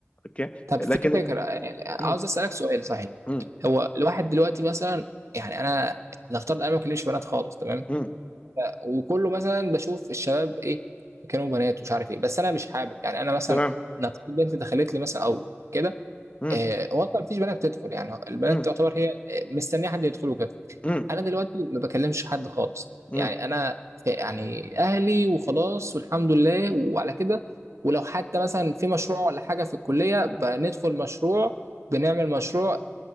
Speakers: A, on the left; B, on the right.
A: اوكي
B: طب
A: لكن
B: في فكره آه،
A: مم.
B: عاوز اسالك سؤال صحيح
A: مم.
B: هو الواحد دلوقتي مثلا يعني انا نفترض انا ما بكلمش بنات خالص تمام
A: مم.
B: وكله مثلا بشوف الشباب ايه كانوا بنات ومش عارف ايه بس انا مش حابب يعني انا مثلا
A: تمام
B: انا في بنت دخلت لي مثلا او كده
A: مم.
B: آه، هو اصلا مفيش بنات بتدخل يعني البنات
A: مم.
B: تعتبر هي آه، مستنيه حد يدخل وكده
A: مم.
B: انا دلوقتي ما بكلمش حد خالص
A: مم.
B: يعني انا في- يعني اهلي وخلاص والحمد لله وعلى كده ولو حتى مثلا في مشروع ولا حاجه في الكليه بندخل مشروع بنعمل مشروع